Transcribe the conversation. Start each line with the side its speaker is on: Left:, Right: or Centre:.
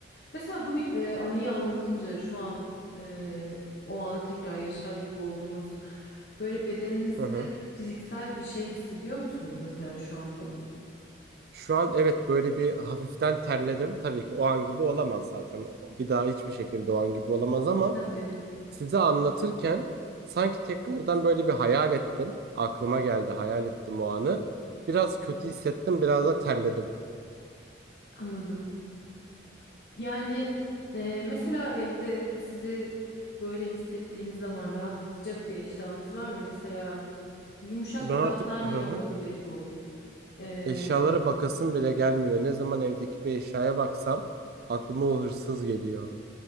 Left: Mesela bu e, anıyı anlatınca şu an e, o anı tekrar yaşar gibi oldunuz. Böyle bedeninizde
Right: Hı hı.
Left: fiziksel bir şey hissediyor musunuz mesela şu anda?
Right: Şu an evet böyle bir hafiften terledim. Tabii ki o an gibi olamaz zaten. O- Bir daha hiçbir şekilde o an gibi olamaz ama
Left: Tabii,
Right: size anlatırken sanki tekrardan böyle bir hayal ettim. Aklıma geldi hayal ettim o anı. Biraz kötü hissettim, biraz da terledim.
Left: anladım. Yani e, mesela evde sizi böyle hissettiğiniz zaman rahatlatacak bir eşyanız var mı? Mesela yumuşak
Right: Ben
Left: bir
Right: artık
Left: battaniye
Right: hı hı,
Left: olabilir bu. E,
Right: eşyalara bakasım bile gelmiyor. Ne zaman evdeki bir eşyaya baksam aklıma o hırsız geliyor.